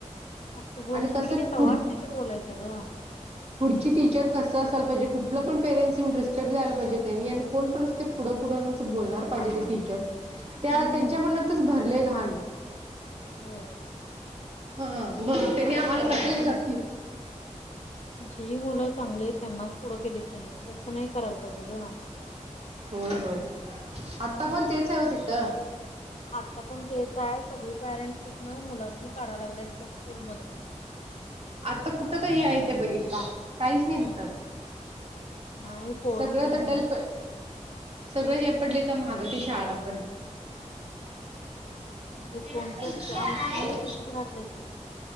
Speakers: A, on the left; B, on the right.
A: मग तू बोलशील
B: आणि कसं
A: की नाही त्हाच
B: पुढ
A: तिथे बोलायचं ग
B: पुढची टीचर कसं असाल पाहिजे कुठलं पण पेरेंट्स येऊन रिस्पेक्ट दयला पाहिजेनी आणि कोण अस ते पुढं पुढून असं बोलणार पाहिजे ते टीचर्स त्या
A: हम्म
B: त्यांच्या
A: हम्म
B: मनातच भरले घाण
A: होय
B: हा मग
A: कसं
B: त्यांनी
A: करतात
B: आम्हाला कटंग
A: जी
B: करते
A: जी मुलं चांगली आहेत त्यांनाच पुढं केलीत त्यांनी तसं नाही करायला पाहिजे ग
B: होय होय आता पण तेच आहे होतीथ
A: आता पण तेच आहे सगळी पॅरेंट्स तिथनं मुलासनी काढाय लागले त्या स्कूलमधन
B: आता कुठं का हे आहे ते बघितलं काहीच नाही तिथं आता
A: नाही पोरं
B: सगळं
A: कोणच
B: तर डलप
A: नाहीत सोड.
B: सगळं हे पडले तर माहागं ती शाळा पण
A: अगं
B: ये
A: कोण
B: पैक्षय
A: तर आमचं ही तिथंच की